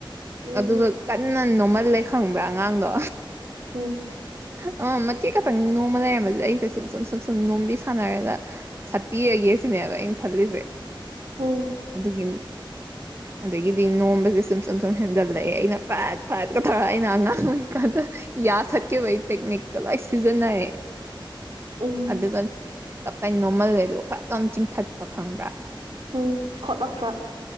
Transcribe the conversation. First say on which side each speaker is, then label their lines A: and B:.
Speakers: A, on the right; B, on the right.
A: ꯎꯝ
B: ꯑꯗꯨꯒ ꯀꯟꯅ ꯅꯣꯝꯃꯜꯂꯦ ꯈꯪꯕ꯭ꯔꯥ ꯑꯉꯥꯡꯗꯣ
A: ꯎꯝ
B: ꯑ ꯃꯇꯦꯛ ꯈꯛꯇꯪ ꯅꯣꯡꯃ ꯂꯩꯔꯝꯝꯕꯗꯤ ꯑꯩꯁꯦ ꯁꯨꯝ ꯁꯨꯝ ꯁꯨꯝ ꯁꯨꯝ ꯅꯣꯝꯕꯤ ꯁꯥꯟꯅꯔꯒ ꯁꯠꯄꯤꯔꯒꯦ ꯁꯤꯅꯦꯕ ꯑꯩꯅ ꯈꯜꯂꯤꯁꯦ
A: ꯎꯝ
B: ꯑꯗꯨꯒꯤ
A: <inaudible>
B: ꯑꯗꯒꯤꯗꯤ ꯅꯣꯝꯕꯁꯦ ꯁꯨꯝ ꯁꯨꯝ ꯁꯨꯝ ꯍꯦꯟꯗꯜꯂꯛꯑꯦ ꯑꯩꯅ ꯐꯥꯏꯠ ꯐꯥꯏꯠꯀ ꯊꯥꯔ ꯑꯩꯅ ꯑꯉꯥꯡ ꯑꯣꯏꯔꯤꯀꯥꯟꯗ ꯌꯥ ꯁꯠꯈꯤꯕꯒꯤ ꯇꯦꯛꯅꯤꯛꯇꯨ ꯂꯣꯏ ꯁꯤꯖꯤꯟꯅꯔꯦ
A: ꯎꯝ
B: ꯑꯗꯨꯒ ꯇꯞ ꯇꯅ ꯅꯣꯔꯃꯜꯒ ꯑꯗꯨꯒ ꯐꯖꯅ ꯆꯤꯡꯊꯠꯄ ꯈꯪꯕ꯭ꯔꯥ
A: ꯎꯝ ꯈꯣꯠꯂꯛꯇ꯭ꯔꯥ